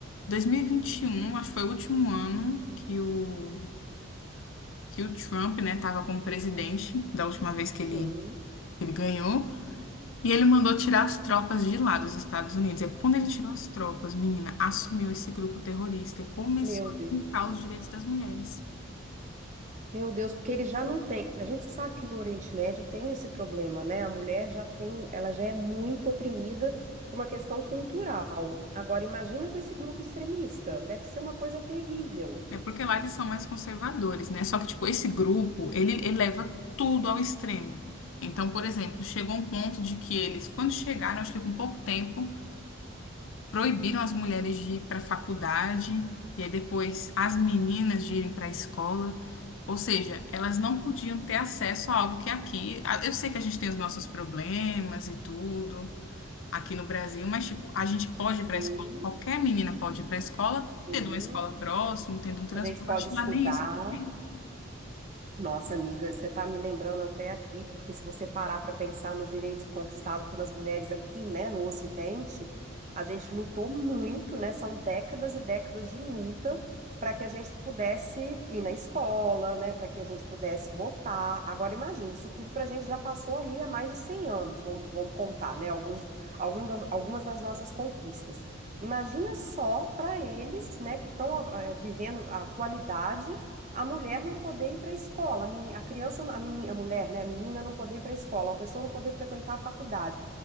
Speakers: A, on the left; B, on the right.
A: 2021, acho que foi o último ano que o, que o Trump, né, tava como presidente, da última vez que
B: Sim,
A: ele, que ele ganhou. E ele mandou tirar as tropas de lá dos Estados Unidos. E quando ele tirou as tropas, menina, assumiu esse grupo terrorista e começou
B: meu
A: a
B: Deus.
A: fincar os direitos das mulheres.
B: Meu Deus, porque ele já não tem. A gente sabe que no Oriente Médio tem esse problema, né? A mulher já tem, ela já é muito oprimida por uma questão cultural. Agora, imagina com esse grupo extremista, deve ser uma coisa terrível.
A: É porque lá eles são mais conservadores, né? Só que, tipo, esse grupo, ele, ele leva tudo ao extremo. Então, por exemplo, chegou um ponto de que eles, quando chegaram, acho que com pouco tempo, proibiram as mulheres de ir para a faculdade, e aí depois as meninas de irem para a escola. Ou seja, elas não podiam ter acesso a algo que é aqui. a- Eu sei que a gente tem os nossos problemas e tudo, aqui no Brasil, mas tipo, a gente pode
B: Sim,
A: ir para a escola, qualquer menina pode ir para a escola,
B: sim.
A: tendo uma escola próximo, tendo um transporte,
B: A gente pode estudar.
A: lá nem isso. tem.
B: Nossa, amiga, você está me lembrando até aqui, porque se você parar para pensar nos direitos conquistados pelas mulheres aqui, né, no Ocidente, a gente lutou muito, né? São décadas e décadas de luta para que a gente pudesse ir na escola, né, para que a gente pudesse votar. Agora, imagina, isso tudo para a gente já passou ali há mais de 100 anos, vamos, vamos contar, né, alguns, algum da- algumas das nossas conquistas. Imagina só para eles, né, que estão vivendo a atualidade a mulher não poder ir para a escola, a meni- a criança, a, meni- a mulher, né, a menina não poder ir para a escola, a pessoa não poder frequentar a faculdade,